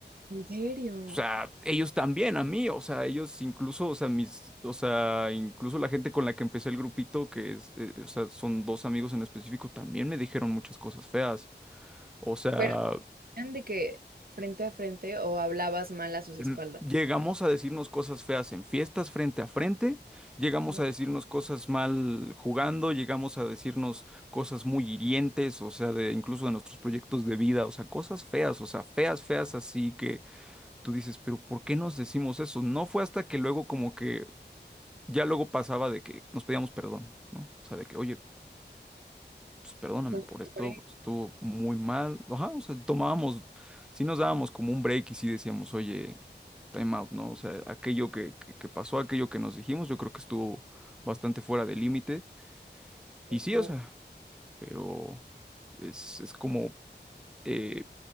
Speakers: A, on the right; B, in the centre.
A: ¿En serio?
B: o sea, ellos también a mí, o sea, ellos incluso, o sea, mis, o sea, incluso la gente con la que empecé el grupito, que es, eh, o sea, son dos amigos en específico, también me dijeron muchas cosas feas. O sea,
A: Pero eran de que frente a frente o hablabas mal a sus
B: mm,
A: espaldas.
B: Llegamos a decirnos cosas feas en fiestas frente a frente, llegamos
A: Ajá.
B: a decirnos cosas mal jugando, llegamos a decirnos cosas muy hirientes, o sea, de incluso de nuestros proyectos de vida, o sea, cosas feas, o sea, feas, feas, así que tú dices, pero ¿por qué nos decimos eso? No fue hasta que luego como que ya luego pasaba de que nos pedíamos perdón, ¿no? O sea, de que, oye, pues perdóname
A: Los
B: por esto,
A: Por
B: pues, estuvo muy mal. Ajá, o sea, tomábamos, sí nos dábamos como un break y sí decíamos, oye, time out, ¿no? O sea, aquello que, que, que pasó, aquello que nos dijimos, yo creo que estuvo bastante fuera de límite.
A: qué
B: Y
A: fuerte.
B: sí, o sea, pero es, es como, eh,